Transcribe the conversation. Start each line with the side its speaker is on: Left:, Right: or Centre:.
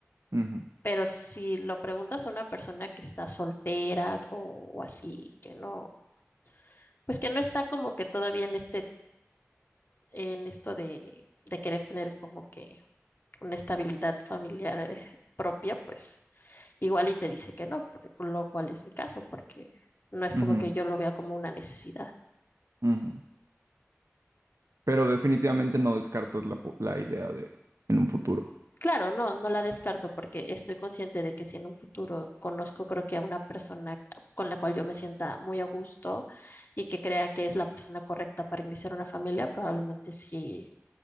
Right: Ujú,
Left: Pero si lo preguntas a una persona que está soltera o, o así, que no, pues que no está como que todavía en este, en esto de, de querer tener como que una estabilidad familiar eh, propia, pues Igual y te dice que no, porque, con lo cual es mi caso, porque no es
Right: ujú,
Left: como que yo lo vea como una necesidad.
Right: ujú. Pero definitivamente no descartas la, po- la idea de en un futuro.
Left: Claro, no, no la descarto porque estoy consciente de que si en un futuro conozco, creo que a una persona con la cual yo me sienta muy a gusto y que crea que es la persona correcta para iniciar una familia, probablemente sí,